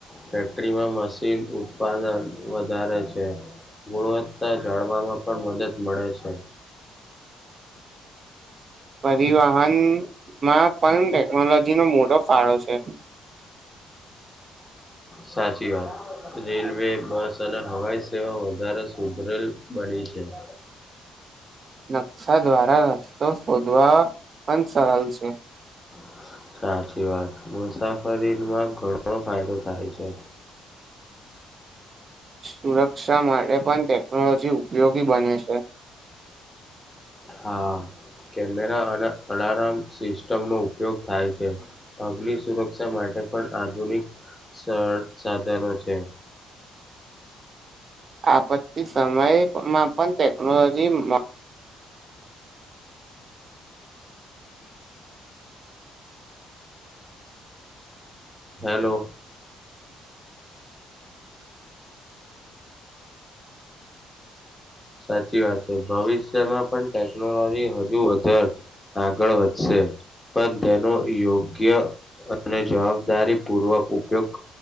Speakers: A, on the left; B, on the right.
A: ફેક્ટરીમાં મશીન ઉત્પાદન વધારે છે. ગુણવત્તા જાણવામાં પણ મદદ મળે છે.
B: પરિવહનમાં પણ ટેકનોલોજી નો મોટો ફાળો છે.
A: સાચી વાત. રેલવે બસ અને હવાઈ સેવા વધારે સુધરેલ બની છે. <inaudible>
B: નકશા દ્વારા રસ્તો શોધવા પણ સરળ છે.
A: <inaudible> સાચી વાત મુસાફરીમાં ઘણો ફાયદો થાય છે.
B: સુરક્ષા માટે પણ ટેકનોલોજી ઉપયોગી બને છે.
A: હા. કેમેરા અને અલાર્મ સિસ્ટમ નો ઉપયોગ થાય છે અગ્નિ સુરક્ષા મા ટે પણ આધુનિક સ સાધનો છે.
B: આપતી સમયમાં પણ ટેકનોલોજી માં
A: હલો. સાચી વાત છે ભવિષ્યમાં પણ ટેકનોલોજી હજુ વધાર આગળ વધશે. પણ તેનો યોગ્ય અને જવાબદારી પૂર્વક ઉપયોગ